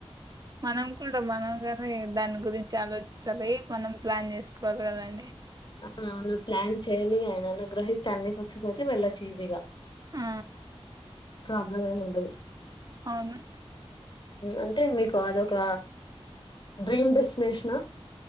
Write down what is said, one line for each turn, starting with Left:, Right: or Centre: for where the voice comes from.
Right: మనం కూడా మనం గానే దాని గురించి ఆలోచించాలి, మనం ప్లాన్ చేసుకోవాలి కదండి.
Left: అవునవును ప్లాన్ చేయాలి, ఆయన అనుగ్రహిస్తే అన్ని సక్సెస్ అయితే వెళ్ళొచ్చు ఈజీగా.
Right: ఆ
Left: ప్రాబ్లం ఏమి ఉండదు.
Right: అవును
Left: అంటే మీకు అదొక డ్రీమ్ డెస్టినేషనా?